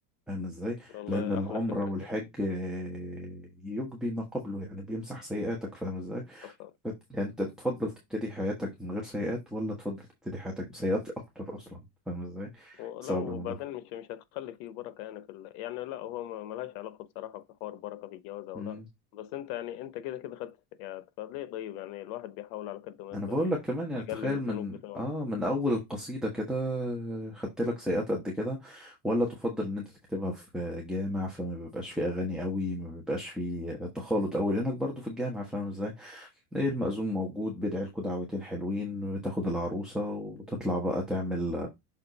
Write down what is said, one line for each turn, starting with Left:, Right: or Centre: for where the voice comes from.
Centre: فاهم ازاي؟
Left: والله
Centre: لأن العمرة
Left: احلى فكره
Centre: والحج
Left: دي
Centre: آه، يجبي ما قبله يعني بيمسح سيئاتك فاهم ازاي؟
Left: أصلاً.
Centre: بت- يعني انت تفضل تبتدي حياتك من غير سيئات ولا تفضل تبتدي حياتك بسيئات اكتر اصلا فاهم ازاي
Left: لا
Centre: صعب
Left: وبعدين
Centre: الموضوع
Left: مش مش هتخلي فيه بركة يعني في ال... يعني لا هو ما- ملهاش علاقة بصراحة بحوار بركة في الجواز أو
Centre: مم.
Left: لا بس أنت يعني أنت كده كده خدت يعني فليه طيب يعني الواحد بيحاول على قد ما
Centre: انا
Left: يقدر
Centre: بقول
Left: ي-
Centre: لك كمان يعني
Left: يقلل
Centre: تخيل
Left: الذنوب
Centre: من
Left: بتاعه
Centre: اه من اول القصيدة كده خدت لك سيئات قد كده ولا تفضل ان انت تكتبها في جامع فما بيبقاش فيه اغاني قوي ما بيبقاش فيه تخالط قوي لانك برضو في الجامع فاهم ازاي ايه المأذون موجود بيدعي لكوا دعوتين حلوين بتاخد العروسة وتطلع بقى تعمل